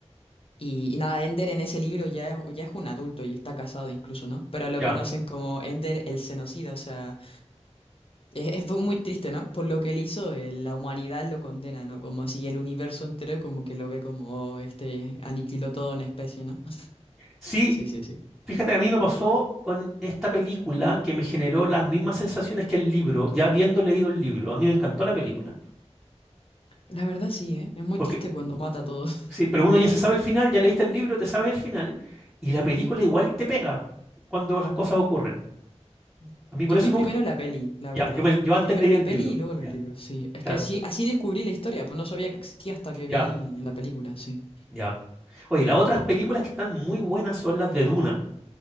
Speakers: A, on the left; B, in the centre.
A: Y, y nada, Ender en ese libro ya es, ya es un adulto y está casado incluso, ¿no? Pero lo
B: ya.
A: conocen como Ender el genocida, o sea, es, es muy triste, ¿no? Por lo que él hizo, eh, la humanidad lo condena, ¿no? Como si el universo entero como que lo ve como, "Oh, este, aniquiló todo una especie, ¿no? <laughs>
B: Sí,
A: Sí, sí, sí.
B: fíjate, a mí me pasó con esta película que me generó las mismas sensaciones que el libro, ya habiendo leído el libro. A mí me encantó la película.
A: La verdad sí, ¿eh? Es muy
B: Porque,
A: triste cuando mata a todos.
B: sí, pero uno ya se sabe el final, ya leíste el libro, te sabes el final, y la película igual te pega cuando las cosas ocurren.
A: <laughs>
B: A mí
A: Yo
B: por eso
A: vi
B: me
A: primero
B: gusta.
A: la peli, la
B: Ya,
A: verdad.
B: yo, me- yo
A: Vi
B: antes
A: primero
B: leí
A: la
B: el
A: peli
B: libro.
A: y luego los
B: Ya,
A: libros, sí. Es
B: claro.
A: que sí, así descubrí la historia, pues no sabía que existía hasta que
B: Ya.
A: vi la película, sí.
B: Ya. Oye, las otras películas que están muy buenas son las de Duna.